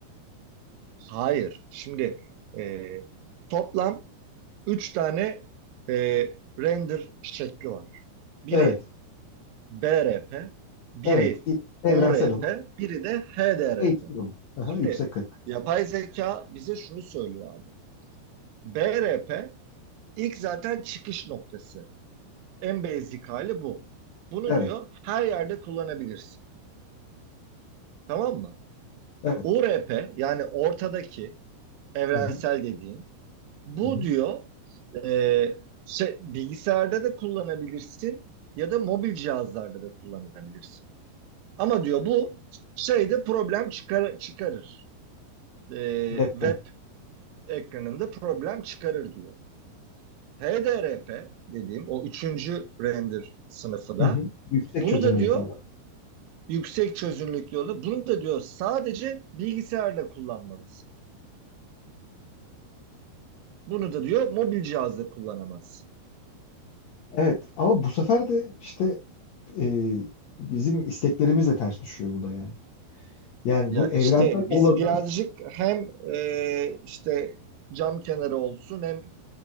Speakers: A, on the right; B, on the left.
A: hayır. Şimdi e, toplam 3 tane e, render şekli var. Biri
B: Evet.
A: B R P biri
B: Evet. değil. Evrensel
A: U R
B: olan,
A: P biri de H D R
B: HD
A: P.
B: olan. Aha,
A: Şimdi
B: yüksek kalite.
A: yapay zeka bize şunu söylüyor abi. B R P ilk zaten çıkış noktası. En basic hali bu. Bunu
B: Evet.
A: diyor her yerde kullanabilirsin. Tamam mı?
B: Evet.
A: U R P yani ortadaki evrensel
B: Hı hı.
A: dediğin bu
B: Hı hı.
A: diyor e, şey, bilgisayarda da kullanabilirsin ya da mobil cihazlarda da kullanabilirsin. Ama diyor bu şeyde problem çıkar çıkarır. Ee,
B: Web'de.
A: web ekranında problem çıkarır diyor. HDRP dediğim o üçüncü render sınıfı da
B: Hı hı. Yüksek
A: bunu
B: çözünürlüklü
A: da diyor
B: olan.
A: yüksek çözünürlüklü olur. Bunu da diyor sadece bilgisayarda kullanmalısın. Bunu da diyor mobil cihazda kullanamazsın.
B: Evet ama bu sefer de işte e, bizim isteklerimizle ters düşüyor bu da yani. Yani
A: Ya
B: bu
A: işte
B: evrensel olanın
A: biz birazcık hem e, işte cam kenarı olsun hem